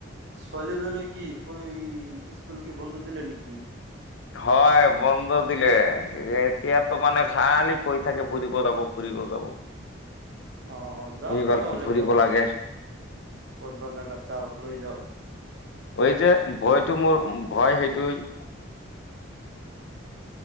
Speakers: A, on the right; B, on the left.
A: ছোৱালীজনীয়ে কি এ স্কুল কি বন্ধ দিলে নেকি?
B: হয়, বন্ধ দিলে। এতিয়াতো মানে খালি কৈ থাকে ফুৰিব যাব, ফুৰিব যাব।
A: অহ, যাওঁক
B: এইবাৰ
A: তেনেহ'লে‌
B: ফুৰিব
A: ক'ত
B: লাগে
A: ক'তব জাগাত যাওঁক লৈ যাওঁক।
B: এই যে ভয়টো মোৰ, ভয় সেইটোই।